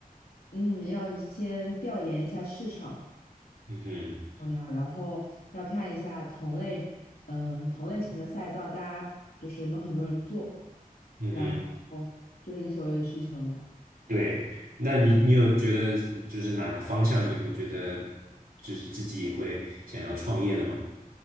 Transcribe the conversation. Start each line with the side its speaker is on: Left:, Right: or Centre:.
Left: 嗯，要先调研一下市场
Right: 嗯哼，
Left: 重要，然后要看一下同类，嗯，同类型的赛道，大家就是有没有很多人做，
Right: 嗯哼，
Left: 然后就是你所谓的需求啦。
Right: 对。那你你有觉得就是哪个方向你会觉得就是自己会想要创业的吗？